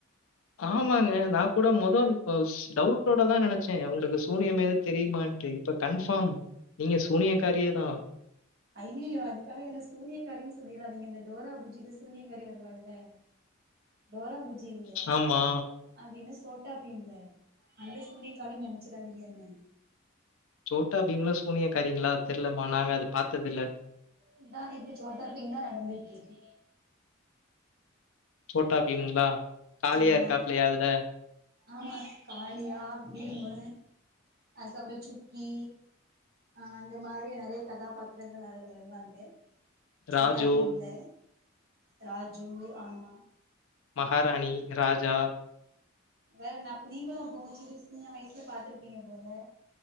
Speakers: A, on the left; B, on the right.
A: ஆமாங்க நா கூட மொதோ இப்போ டவுட்டோடதா நெனைச்சே உங்களுக்கு சூனியம் எது தெரியுமான்ட்டு இப்ப கன்ஃபார்ம் நீங்க சூனியக்காரியேதா
B: ஐயயோ அதுக்காக என்ன சூனியக்காரின்னு சொல்லிராதீங்க இந்த டோரா பூஜில சூனியக்காரி வருவால்ல டோரா பூஜி இல்ல
A: ஆமா.
B: அது என்ன சோட்டா பீம்ல அந்த சூனியக்காரின்னு நெனைச்சிராதீங்கன்னே
A: சோட்டா பீம்லா சூனியக்காரிங்களா தெரியலம்மா நாங்க அது பாத்தது இல்ல
B: இந்தா இது சோட்டா பீம்தா நடந்துட்ருக்கு.
A: சோட்டா பீம்ங்களா காளையா
B: ஆமா
A: இருக்காப்லயா அதுல?
B: ஆமா காளியா, பீமு அதுக்கப்புறோ சுக்கி ஆ அந்த மாரி நெறைய கதாபாத்திரங்கள் அதுல வருவாங்க. சோட்டா
A: ராஜு,
B: பீம்ல ராஜு ஆமா
A: மகாராணி, ராஜா
B: வேற என்ன அப்ப நீங்களு அப்ப உங்க சிறு சின்ன வயசுல பாத்துருப்பீங்க போல